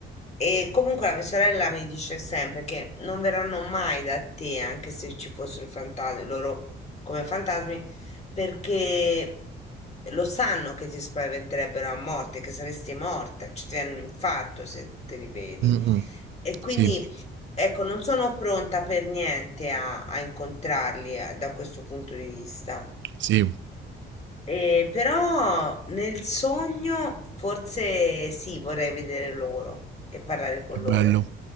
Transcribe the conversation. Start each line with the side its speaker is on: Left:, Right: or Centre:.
Left: e comunque la mia sorella mi dice sempre che non verranno mai da te, anche se ci fossero i fantasmi, loro come fantasmi, perché lo sanno che ti spaventerebbero a morte, che saresti morta, ci ti viene un infarto se te li vedi.
Right: Mm-mm.
Left: E quindi,
Right: Sì,
Left: ecco, non sono pronta per niente a, a incontrarli eh, da questo punto di vista.
Right: sì,
Left: Eh, però nel sogno forse sì, vorrei vedere loro e parlare con
Right: che
Left: loro.
Right: bello.